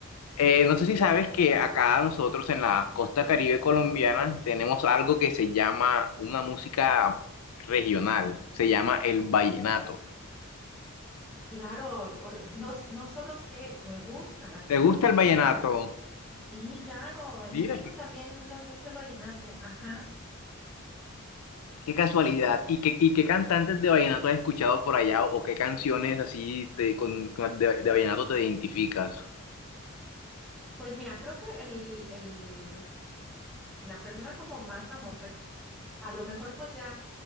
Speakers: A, on the left; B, in the centre.
A: eh, no sé si sabes que acá nosotros en la costa Caribe colombiana tenemos algo que se llama una música regional, se llama el vallenato.
B: Claro, o- no, no solo sé, me gusta, la conozco,
A: ¿Te gusta el vallenato?
B: claro. Sí, claro, en
A: Mira,
B: México
A: qué,
B: también nos gusta el vallenato, ajá.
A: qué casualidad. ¿Y qué, y qué cantantes de vallenato has escuchado por allá o qué canciones así te- con- con- de de vallenato te identificas?
B: Pues mira, creo que el, el, la persona como más famosa que a lo mejor pues ya